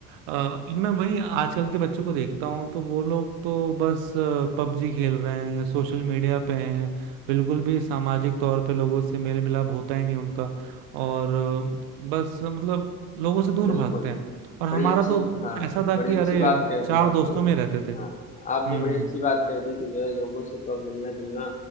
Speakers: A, on the right; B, on the left.
A: अ, मैं वही आजकल के बच्चों को देखता हूँ तो वो लोग तो बस पबजी खेल रहे हैं या सोशल मीडिया पे हैं बिल्कुल भी सामाजिक तौर पे लोगों से मेल मिलाप होता ही नहीं उनका और अ, बस मतलब लोगों से दूर
B: बिल्कुल।
A: भागते हैं और हमारा
B: बड़ी अच्छी
A: तो
B: हाँ,
A: ऐसा था
B: बड़ी
A: कि
B: अच्छी
A: अरे
B: बात कह
A: चार
B: दी आपने।
A: दोस्तों में रहते थे
B: हाँ,
A: हम्म
B: आपने बड़ी अच्छी बात कह दी कि जो है लोगों से तो अब मिलना-जुलना